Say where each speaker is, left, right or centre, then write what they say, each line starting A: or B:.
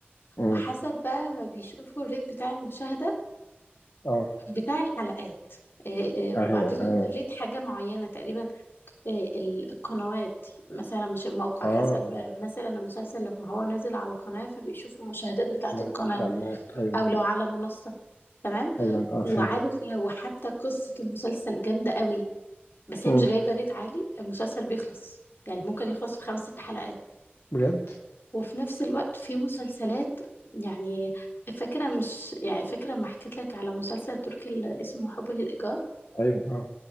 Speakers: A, on the left; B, on the left.
A: أمم
B: وحسب بقى ما بيشوفوا الريت بتاع المشاهده
A: آه
B: بتاع الحلقات آه، آه،
A: أيوه
B: وبعدين
A: أيوه
B: ريت حاجه معينه تقريبا آه، ال- القنوات مثلا مش الموقع
A: آه
B: حسب مثلا المسلسل لو هو نازل على قناة فبيشوفوا المشاهدات بتاعة
A: مادة
B: القناة
A: الإعلانات أيوه
B: أو لو على منصة تمام
A: أيوه آه
B: وعارف
A: فهمت
B: لو حتى قصة المسلسل جامدة قوي بس هي
A: أمم
B: مش جايبة ريت عالي المسلسل بيخلص يعني ممكن يخلص في خمس ست حلقات
A: بجد؟
B: وفي نفس الوقت في مسلسلات يعني فاكرة مش يعني فاكرة ما حكيت لك على مسلسل تركي اللي اسمه حب للإيجار
A: أيوه آه